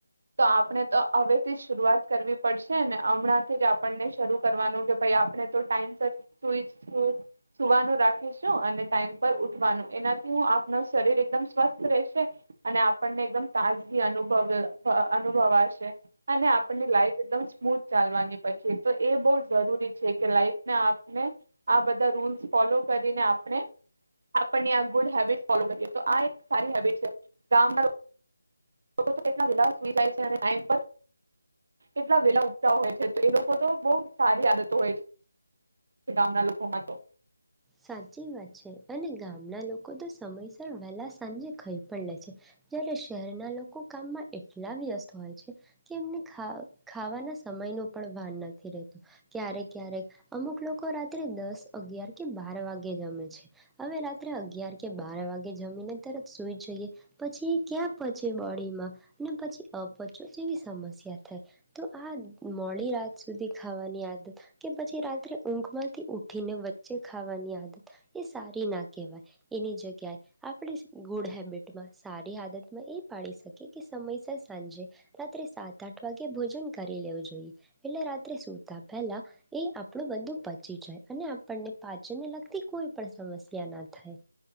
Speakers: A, on the right; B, in the centre.
A: તો આપણે તો હવેથી જ શરૂઆત કરવી પડશે ને હમણાંથી જ આપણને શરૂ કરવાનું કે ભાઈ આપણે તો ટાઈમ સુઈ સુવાનું રાખ ટમ પર ઉઠવાનું એનાથી હું આપણ શરીર એકદમ સ્વસ્થ રહેશે અને આપણને એકદમ તાજગી અનુ અનુભવાશે અને આપ લાઈફ એકદમ સ્મૂથ ચાલવાની પછી તો એ બહ જરૂરી છે કે લાઈફને આપને આ બધા રૂલ્સ ફોલો કરીને આપણે આપણની આ ગુડ હેબિટ ફોલો કરીએ તો આ એક સારી હેબિટ છે ગામના લોકો તો કેટલા વેલા સુઈ જાય છે અને ટ કેટલા વેલા ઉતા હોય છે તો એ લોકો તો બહ સારી આદતો હોય છે ગામના લોકોમાં તો
B: સાચી વાત છે અને ગામના લોકો તો સમયસર વહેલા સાંજે ખઈ પણ લે છે જય્યારે શહેરના લોકો કામમાં એટલા વ્યસ્ત હોય છે કે એમને ખા ખાવાના સમય ન પણ ભન નથી રહેતું ક્યારેક ક્યારેક અમુક લોકો રાત્રે દસ અગિયાર કે બાર વાગે જમે છે હવે રાત્રે અગયાર કે બાર વાગે જમીને તરત સુઈ જઈએ પછી એ ક્યાં પચે બોડીમાં અને પછી અપચો જેવી સમસ્યા થાય તો આ મોડી રાત સુધી ખાવાની આદત કે પછી રાત્રે ઊંઘ માંથી ઉઠીને જે ખાવાની આદત એ સારી ના કહેવાય એની જગ્યાએ આપણી ગુડ હેબિટમાં સારી આદતમાં એ પાડી શકીએ કે સમયસર સાંજે રાત્રે સાત આઠ વાગે ભોજન કરી લેવું જોઈએ એટલે રાત્રે સૂતા પહેલાં એ આપણું બધું પચી જાય અને આપણને પાચનને લગતી કોઈ પણ સમસ્યા ના થાય